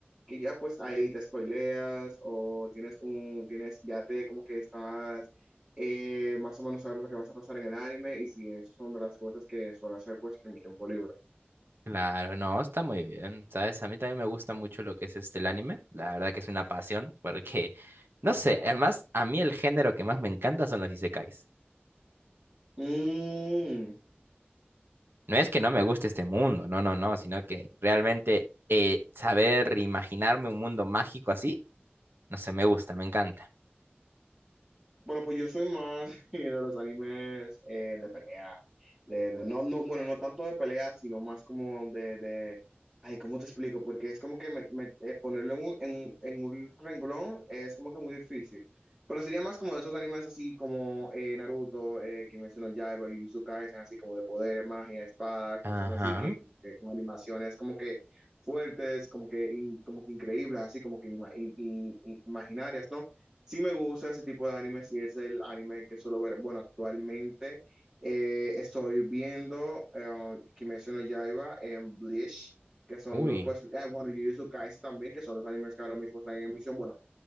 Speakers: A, on the right; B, on the right.
A: que ya pues ahí te spoileas o tienes un, tienes, ya te como que estás eh, más o menos sabes lo que vas a pasar en el anime y si esas son de las cosas que suelo hacer pues en mi tiempo libre.
B: Claro, no, está muy bien, ¿sabes? A mí también me gusta mucho lo que es este el anime, la verdad que es una pasión, porque, no sé, además, a mí el género que más me encanta son los isekais.
A: Mm.
B: No es que no me guste este mundo, no, no, no, sino que realmente eh, saber imaginarme un mundo mágico así, no sé, me gusta, me encanta.
A: Bueno, pues yo soy más <laughs> de los animes eh, de pelea. De, de- no, no, bueno, no tanto de pelea, sino más como de, de... Ay, ¿cómo te explico? Porque es como que me- me- eh, ponerlo en un, en, en un renglón es como que muy difícil. Pero sería más como de esos animes así como eh, Naruto, eh, Kimetsu no Yaiba, Jujutsu Kaisen, así como de poderes, magia, espada, cosas
B: Ajá,
A: así que, que con animaciones como que fuertes, como que, in- como que increíbles, así como que inima- in- in- imaginarias, ¿no? Sí me gusta ese tipo de anime, sí es el anime que suelo ver. Bueno, actualmente eh, estoy viendo eh, Kimetsu no Yaiba en Bleach, que son
B: uy.
A: los, pues, ah, bueno, Jujutsu Kaisen también, que son los animes que ahora mismo están en emisión. Bueno,